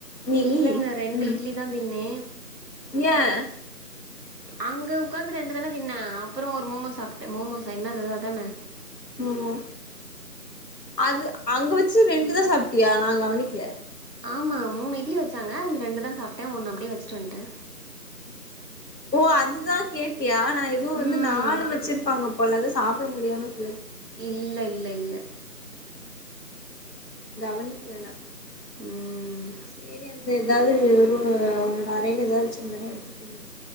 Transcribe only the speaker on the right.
இல்லங்க ரெண்டு
இட்லி தா தின்னே
அங்க உக்காந்து ரெண்டு தான தின்னே அப்றோ ஒரு மோமோஸ் சாப்ட்டே மோமோசா என்னது அது அதான
ஆமா மூணு இட்லி வச்சாங்க அதுல ரெண்டு தா சாப்ட்டே ஒன்னு அப்டியே வச்சுட்டு வன்ட்ட
ம்
இல்ல இல்ல இல்ல
ம்